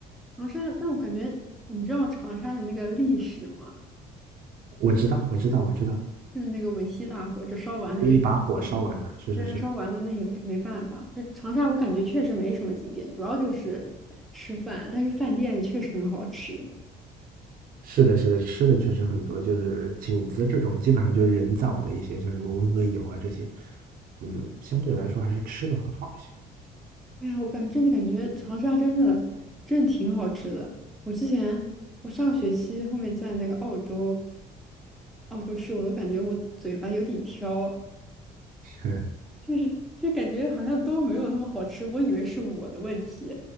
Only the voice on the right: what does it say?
我知道，我知道，我知道，
就一把火烧完的，是是是，
是的，是的，吃的确实很多，就是景子这种基本上就是人造的一些，像什么温和油啊这些，嗯，相对来说还是吃的会好一些。
嗯，